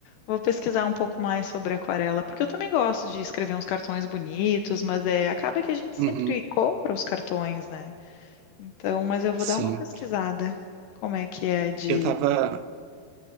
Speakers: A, on the left; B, on the right.
A: vou pesquisar um pouco mais sobre aquarela, porque eu também gosto de escrever uns cartões bonitos, mas é, acaba que a gente
B: Uhum,
A: sempre compra os cartões, né? Então, mas eu vou
B: sim.
A: dar uma pesquisada. Como é que é de.
B: Eu tava.